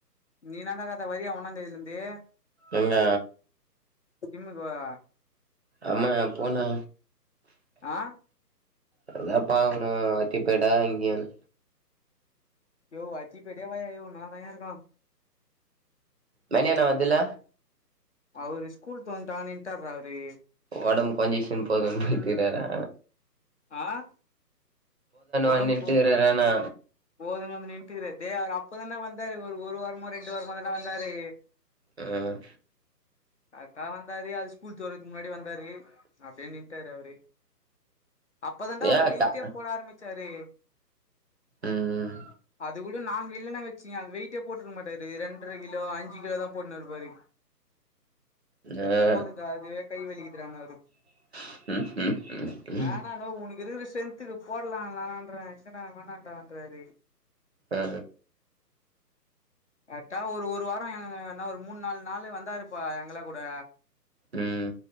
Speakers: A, on the left; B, on the right.
A: நீ நடாக்கத்த வரியா ஒன்னா தேதியில இருந்தே
B: எங்க
A: ஜிம்முக்கு வா
B: ஆமா போடா
A: ஆ
B: அதான் பாக்கணும் எத்திப்படா இங்கயான்
A: யோ வாச்சி பேடாவாயா யோ நல்லா தா இருக்கா
B: மணியாண்ணா வருதுல
A: அவரு ஸ்கூல் தெரந்துடா நின்ட்டார்ரா அவரு
B: உடம்ப கொஞ்ச சின் போதும்ன்னு போயட்டுறாரா
A: ஆஹ போட
B: வந்துட்டுக்கிறாரானா
A: போ போதுனந்து கட்டுக்கறே அவரு அப்பதானே வந்தாரு ஒரு வாரமோ ரெண்டு வாரமோ தானே வந்தாரு
B: ஆஹ்
A: கரெக்டா வந்தாரு அது ஸ்கூல் தெர்றதுக்கு முன்னாடி வந்தாரு அப்படின்னு நின்ட்டாரு அவரு அப்பதண்டா
B: ஏ
A: ஒரு
B: அக்கா
A: வெயிட்டே போட ஆரம்பிச்சு சரி
B: ம்
A: அது கூட நாங்க இல்லைன்னா வச்சீங்க அ வெயிட்டே போட்டுருக்க மாட்டாரு ரெண்டரை கிலோ அஞ்சு கிலோ தான் போட்டுனு இருப்பாரு
B: ஆ
A: போதும்டா அதுவே கை வலிக்கிதுனுரா அவரு
B: உஹம் உஹம் உம்
A: வேணானோ
B: உம்
A: <inaudible>
B: ஆ
A: கரெக்டா ஒரு ஒரு வாரோ ஏ என்னா ஒரு மூணு நாலு நாளு வந்தாருப்பா எங்கள கூட
B: ம்